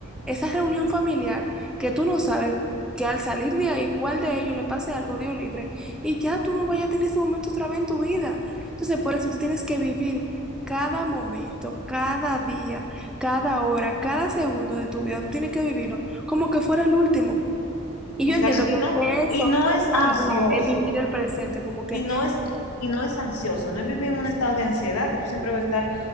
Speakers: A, in the centre; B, on the left.
A: esa reunión familiar que tú no sabes que al salir de ahí, cuál de ellos le pase algo, Dios libre, y ya tú no vayas a tener ese momento otra vez en tu vida. Entonces, por eso tú tienes que vivir. Cada momento, cada día, cada hora, cada segundo de tu vida, tú tienes que vivirlo como que fuera el último. Y
B: exacto,
A: yo entiendo
B: y
A: que
B: no,
A: de eso
B: y no es
A: habla
B: ansioso.
A: en vivir el presente, como que,
B: Y no es, y no es ansioso, no es vivir en un estado de ansiedad que tú siempre vas a estar,